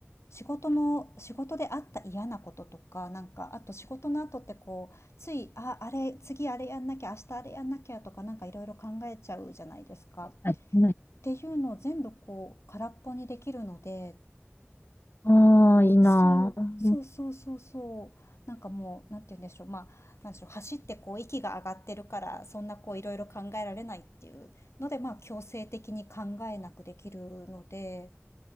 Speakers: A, on the left (about 75°); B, on the left (about 55°).
A: 仕事の、仕事であった嫌なこととか、なんか、あと仕事の後ってこう、つい、あ、あれ、次あれやんなきゃ、明日あれやんなきゃとか、なんかいろいろ考えちゃうじゃないですか。
B: はい。
A: っていうのを全部こう、空っぽにできるので、
B: ああー、いいなう
A: そう、そうそうそうそう。なんかもう、なんて言うんでしょう。まあ、なんでしょう。走ってこう、息が上がってるから、そんなこう、いろいろ考えられないっていうので、まあ、強制的に考えなくできるので、